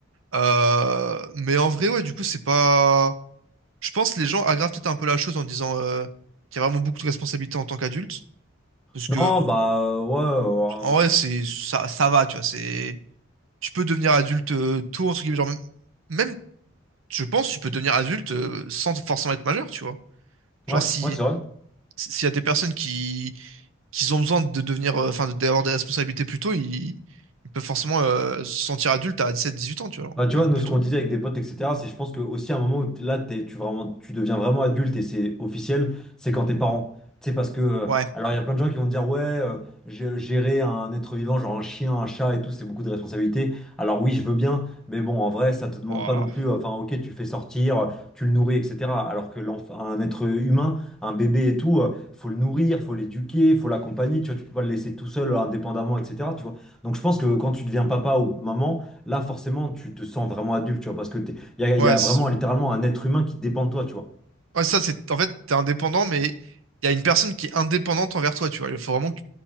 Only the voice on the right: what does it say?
Euh, mais en vrai, ouais, du coup, c'est pas. Je pense que les gens aggravent peut-être un peu la chose en disant euh, qu'il y a vraiment beaucoup de responsabilités en tant qu'adulte. Parce que,
euh,
en vrai, c'est, ça, ça va, tu vois. C'est, tu peux devenir adulte euh, tôt, entre guillemets, genre, même même je pense que tu peux devenir adulte euh, sans forcément être majeur, tu vois.
Genre, si,
si, s'il y a des personnes qui, qui ont besoin de devenir, euh, enfin, d'avoir des responsabilités plus tôt, ils, ils peuvent forcément euh, se sentir adulte à 17-18 ans, tu vois, genre,
même
plus
tôt.
Ouais.
Ouah.
Ouais,
c'est-
ouais, ça, c'est, en fait, t'es indépendant, mais il y a une personne qui est indépendante envers toi, tu vois. Il faut vraiment que,